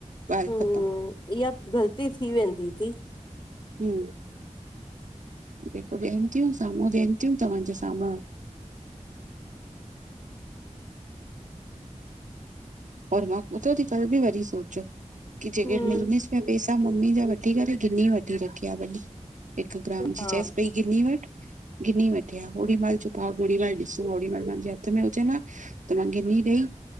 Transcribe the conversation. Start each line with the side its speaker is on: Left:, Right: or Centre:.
Right: ॻाल्हि
Left: हमम्,
Right: ख़तम
Left: इहा ग़लती थी वेंदी थी।
Right: हम्म्। जेको ॾियनि थियूं साम्हूं ॾियनि थियूं तव्हांजे साम्हूं और मां पतो तई कल बि वरी सोचो कि जेके
Left: हम्म
Right: मिलडस् पैसा मम्मी जा वठी करे गिनी वठी रखी आहे भली। हिक ग्राम जी
Left: हा
Right: चइस पई गिन्नी वठ। गिनी वठे आहे ओङी महिल जो बाॻ होड़ीमहिल ॾिसो होड़ी माल मुंहिंजे हथ में हुजेन आ। त मा गिन्नी ॾही